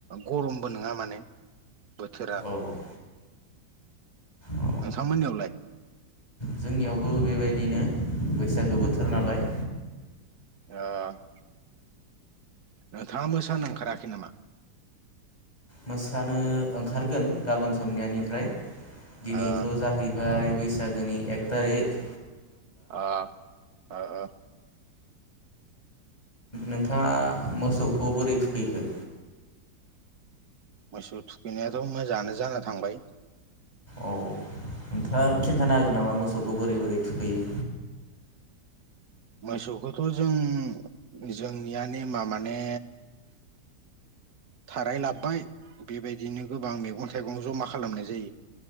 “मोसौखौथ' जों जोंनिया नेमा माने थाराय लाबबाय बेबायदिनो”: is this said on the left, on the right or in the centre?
Right